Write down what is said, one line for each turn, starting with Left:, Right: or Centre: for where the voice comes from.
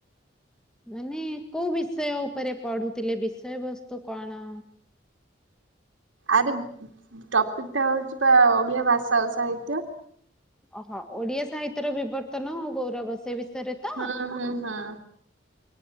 Centre: ମାନେ କୋଉ ବିଷୟ ଉପରେ ପଢୁଥିଲେ ବିଷୟ ବସ୍ତୁ କଣ?
Right: ଆରେ ଟପିକ ଟା ହଉଛି ପା ଓଡିଆ ଭାଷା ଓ ସାହିତ୍ୟ।
Centre: ଓହୋ ଓଡିଆ ସାହିତ୍ୟର ବିବର୍ତ୍ତନ ଆଉ ଗୌରବ ସେ ବିଷୟରେ ତ?
Right: ହଁ ହଁ ହଁ।